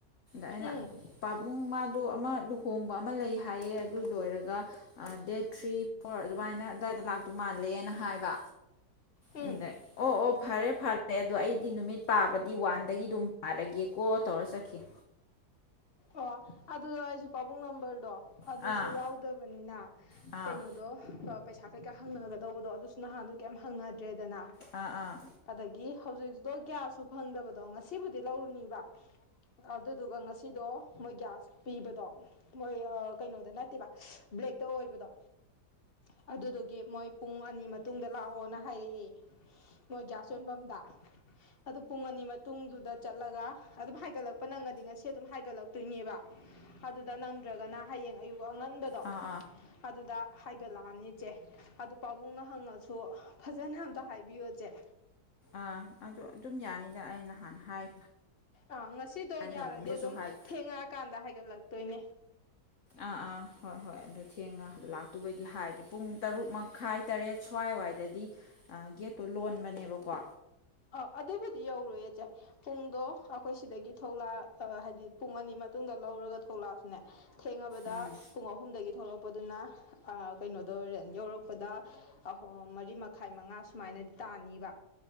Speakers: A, on the left; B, on the left.
A: ꯑꯩꯅ
B: ꯎꯝ
A: ꯄꯥꯕꯨꯡ ꯃꯥꯗꯣ ꯑꯃ ꯂꯨꯍꯣꯡꯕ ꯑꯃ ꯂꯩ ꯍꯥꯏꯌꯦ ꯑꯗꯨ ꯂꯣꯏꯔꯒ ꯗꯦꯠ ꯊ꯭ꯔꯤ ꯐꯣꯔ ꯑꯗꯨꯃꯥꯏꯅ ꯑꯗꯥꯏꯗ ꯂꯥꯛꯇꯧ ꯃꯥꯜꯂꯦꯅ ꯍꯥꯏꯕ
B: ꯎꯝ
A: ꯑꯨꯡꯗꯦ ꯑꯣ ꯑꯣ ꯐꯔꯦ ꯐꯔꯦ ꯑꯗꯣ ꯑꯩꯗꯤ ꯅꯨꯃꯤꯠ ꯄꯥꯕꯗꯤ ꯋꯥꯟꯗꯒꯤ ꯗꯨꯝ ꯄꯔꯒꯦꯀꯣ ꯇꯧꯔ ꯆꯠꯈꯤꯝ
B: ꯑꯣ ꯑꯗꯨ ꯑꯩꯁꯨ ꯄꯥꯕꯨꯡ ꯅꯝꯕꯔꯗꯣ ꯑꯗꯨꯁꯨ
A: ꯑꯥ
B: ꯌꯥꯎꯗꯕꯅꯤꯅ
A: ꯑꯥ
B: ꯀꯩꯅꯣꯗꯣ ꯑꯥ ꯄꯩꯁꯥ ꯀꯩꯀꯥ ꯍꯪꯅꯒꯗꯧꯕꯗꯣ ꯑꯗꯨꯁꯨ ꯅꯍꯥꯟꯗꯣ ꯀꯩꯝ ꯍꯪꯅꯗ꯭ꯔꯦꯗꯅ
A: ꯑꯥ ꯑꯥ
B: ꯑꯗꯒꯤ ꯍꯧꯖꯤꯛꯗꯣ ꯒ꯭ꯌꯥꯁꯁꯨ ꯐꯪꯗꯕꯗꯣ ꯉꯁꯤꯕꯨꯗꯤ ꯂꯧꯔꯨꯅꯤꯕ ꯑꯗꯨꯗꯨꯒ ꯉꯁꯤꯗꯣ ꯃꯣꯏ ꯒ꯭ꯌꯥꯁ ꯄꯤꯕꯗꯣ ꯃꯣꯏ ꯀꯩꯅꯣꯗꯣ ꯅꯠꯇꯦꯕ ꯕ꯭ꯂꯦꯛꯇ ꯑꯣꯏꯕꯗꯣ ꯑꯗꯨꯗꯨꯒꯤ ꯃꯣꯏ ꯄꯨꯡ ꯑꯅꯤ ꯃꯇꯨꯡꯗ ꯂꯥꯛꯑꯣꯅ ꯍꯥꯏꯌꯦ ꯃꯣꯏ ꯒ꯭ꯌꯥ ꯌꯣꯟꯐꯝꯗ ꯑꯗꯨ ꯄꯨꯡ ꯑꯅꯤ ꯃꯇꯨꯡꯗꯨꯗ ꯆꯠꯂꯒ ꯑꯗꯨꯝ ꯍꯥꯏꯒꯠꯂꯛ- ꯄ ꯅꯪꯉꯗꯤ ꯉꯁꯤ ꯑꯗꯨꯝ ꯍꯥꯏꯒꯠꯂꯛꯇꯣꯏꯅꯦꯕ ꯑꯗꯨꯗ ꯅꯪꯗ꯭ꯔꯒꯅ ꯍꯌꯦꯡ ꯑꯌꯨꯛ ꯑꯉꯟꯕꯗꯣ
A: ꯑꯥ
B: ꯑꯗꯨꯗ ꯍꯥꯏꯒꯠꯂꯛꯑꯅꯤ ꯆꯦ ꯑꯗꯨ ꯄꯥꯕꯨꯡꯅ ꯍꯪꯉꯛꯁꯨ ꯐꯖꯅ ꯑꯝꯇ ꯍꯥꯏꯕꯤꯌꯣ ꯆꯦ
A: ꯑꯥ ꯑꯗꯨ ꯑꯗꯨꯝ ꯌꯥꯅꯤꯗ ꯑꯩ ꯍꯥꯟꯅ ꯍꯥꯏ
B: ꯑꯥ ꯉꯁꯤꯗꯣ
A: ꯍꯥꯏꯈ꯭ꯔꯕꯅꯤꯅꯁꯨ
B: ꯌꯥꯔꯗꯤ ꯑꯗꯨꯝ
A: ꯍꯥꯏ
B: ꯊꯦꯡꯉꯛꯑꯥꯀꯥꯟꯗ ꯍꯥꯏꯒꯠꯂꯛꯇꯣꯏꯅꯦ
A: ꯑꯥ ꯑꯥ ꯍꯣꯏ ꯍꯣꯏ ꯑꯗꯨ ꯊꯦꯡꯉ ꯂꯥꯛꯇꯨꯕꯩꯗꯤ ꯍꯥꯏꯒꯦ ꯄꯨꯡ ꯇꯔꯨꯛ ꯃꯈꯥꯏ ꯇꯔꯦꯠ ꯁ꯭ꯋꯥꯏꯋꯥꯏꯗꯗꯤ ꯒꯦꯠꯇꯣ ꯂꯣꯟꯕꯅꯦꯕꯀꯣ
B: ꯑꯧ ꯑꯗꯨꯕꯨꯗꯤ ꯌꯧꯔꯣꯏꯌꯦ ꯆꯦ ꯄꯨꯡꯗꯣ ꯑꯩꯈꯣꯏ ꯁꯤꯗꯒꯤ ꯊꯣꯛꯂꯛꯑ ꯑꯥ ꯍꯥꯏꯗꯤ ꯄꯨꯡ ꯑꯅꯤ ꯃꯇꯨꯡꯗ ꯂꯧꯔꯒ ꯊꯣꯛꯂꯛꯑꯁꯨꯅꯦ ꯊꯦꯡꯉꯅꯕꯗ
A: ꯎꯝ
B: ꯄꯨꯡ ꯑꯍꯨꯝꯗꯒꯤ ꯊꯣꯛꯂꯛꯄꯗꯨꯅ ꯀꯩꯅꯣꯗꯣ ꯔꯦꯟ ꯌꯧꯔꯛꯄꯗ ꯑꯍ ꯃꯔꯤ ꯃꯈꯥꯏ ꯃꯉꯥ ꯁꯨꯃꯥꯏꯅ ꯇꯥꯅꯤꯕ